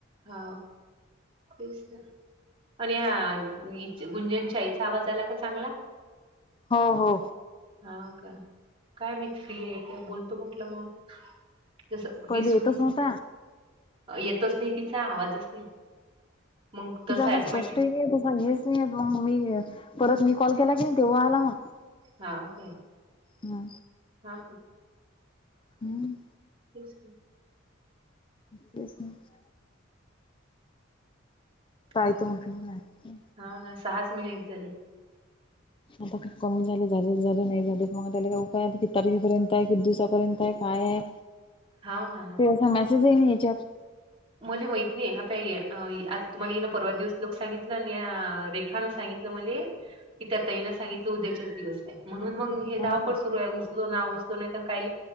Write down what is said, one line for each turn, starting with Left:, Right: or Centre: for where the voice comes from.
Right: हा तेच प ह्या गुंजनच्या आईचा आवाज आला का चांगला
Left: हो हो
Right: हा का काय मी फ्री आहे काय बोलतो म्हटलं मग जसं
Left: पहिले
Right: वीस
Left: येतच
Right: होऊन ज-
Left: नव्हता
Right: येतच नाही तिचा आवाजच नाही मग तसं
Left: तिझ असा
Right: ऑटोमॅटिक
Left: स्पष्ट नाही आहे तसा येच नाही आहे मग मग मी परत मी कॉल केला की तेव्हा आला मग
Right: हा ओके
Left: हा
Right: हा
Left: हम्म
Right: तेच
Left: तेच मग पाय
Right: मी-
Left: त म्हठलं का
Right: हाव ना सहाच मिनिट झाले
Left: आता खूप कमी झाले झालेच झाले नाही झाले मग त्याला का उ काय की तारखेपर्यंत आहे कि दिवसापर्यंत आहे काय आहे
Right: हा ना
Left: ते असा याच्यात
Right: मला माहित नाही हा ताई आता तुम्हाला हिनं परवा दिवस लोक सांगितलं आणि या रेखा सांगित क त्या ताईना सांगितलं उद्याच्याच दिवस आहे म्हणून मग हे
Left: हा
Right: धावपळ
Left: काय
Right: सुरू आहे उचलो ना उचलो नाही काही